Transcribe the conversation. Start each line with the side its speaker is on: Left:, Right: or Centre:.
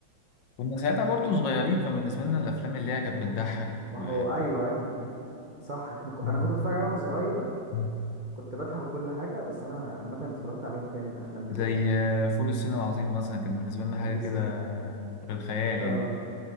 Left: كنا ساعتها برضو صغيرين فبالنسبة لنا الافلام اللي هي كانت بتضحك
Right: ما
Left: و...
Right: هو ايوه ايوه صح احنا ك...
Left: مم.
Right: انا كنت بتفرج عليه وانا صغير
Left: مم.
Right: كنت بضحك وكل حاجة بس انا عامة اتفرجت عليهم تاني الافلام دي
Left: زي
Right: كلها
Left: آه، فول الصين العظيم مثلا كان بالنسبة لنا حاجة
Right: كل السنين
Left: كده
Right: عليه
Left: في الخيال
Right: اه
Left: يعني